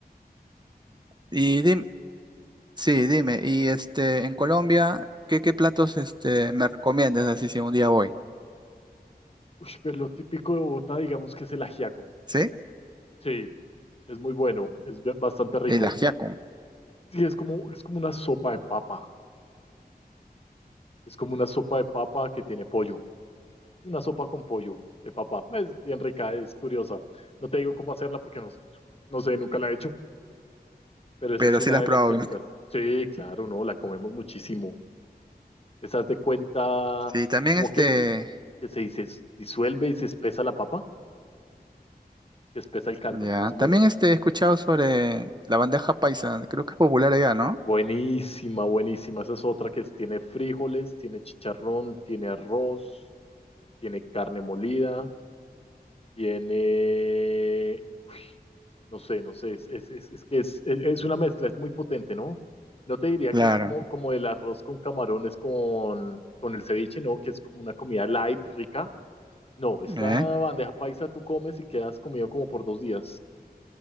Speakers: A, on the right (about 25°); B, on the left (about 35°).
A: y dime, sí, dime, y este, en Colombia, ¿qué, qué platos este me recomiendas así si un día voy?
B: Uy, pero lo típico de Bogotá, digamos que es el ajiaco.
A: ¿Sí?
B: Sí, es muy bueno, es ba- bastante rico.
A: El ajiaco,
B: Sí, es como, es como una sopa de papa. Es como una sopa de papa que tiene pollo. Una sopa con pollo de papa. Es bien rica, es curiosa. No te digo cómo hacerla porque no, no sé, nunca la he hecho, pero esa
A: pero
B: es una
A: sí las
B: de
A: probado.
B: las típicas. Sí, claro, no, la comemos muchísimo. ¿Estás de cuenta
A: Sí, también
B: como
A: este.
B: que, que, que se dice, disuelve y se espesa la papa? Que espesa el caldo,
A: Ya,
B: más o menos.
A: también este, he escuchado sobre la bandeja paisa, creo que es popular allá, ¿no?
B: Buenísima, buenísima. Esa es otra que es- tiene frijoles, tiene chicharrón, tiene arroz, tiene carne molida, tiene... No sé, no sé, es, es, es, es que es, es, es una mezcla, es muy potente, ¿no? No te diría
A: Claro,
B: que es como, como el arroz con camarones con, con el ceviche, ¿no? Que es como una comida light, rica No, esta
A: ¿eh?
B: bandeja paisa tú comes y quedas comido como por dos días.